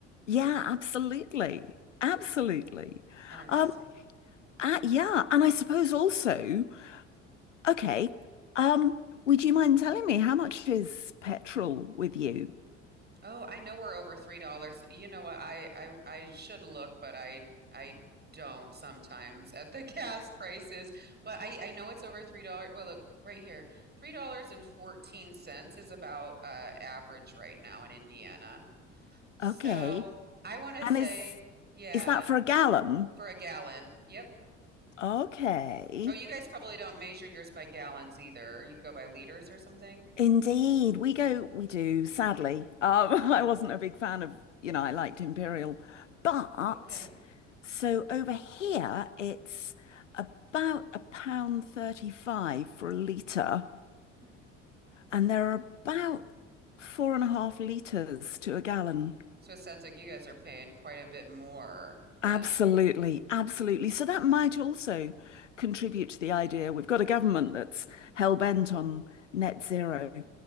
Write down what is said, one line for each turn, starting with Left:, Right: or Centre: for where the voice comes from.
Left: Yeah, absolutely. Absolutely.
Right: Interesting.
Left: Um, Ah, yeah, and I suppose also, okay, um, would you mind telling me how much is petrol with you?
Right: Oh, I know we're over three dollars. You know what? I I I should look, but I I don't sometimes at the <laughs> gas prices. But I I know it's over three dollars. Well, look right here. Three dollars and fourteen cents is about uh average right now in Indiana. So
Left: Okay.
Right: I want to
Left: And
Right: say,
Left: is
Right: yeah,
Left: is that for a gallon?
Right: for a gallon. Yep.
Left: Okay.
Right: Oh, you guys probably don't measure yours by gallons either. You go by liters or something.
Left: Indeed. We go, we do, sadly. Um, <laughs> I wasn't a big fan of, you know, I liked Imperial. But
Right: Okay.
Left: so over here it's about a pound 35 for a litre.
Right: Hmm.
Left: and there are about four and a half litres to a gallon.
Right: So it sounds like you guys are paying quite a bit more than.
Left: Absolutely, absolutely. So that might also contribute to the idea. We've got a government that's hell bent on net zero,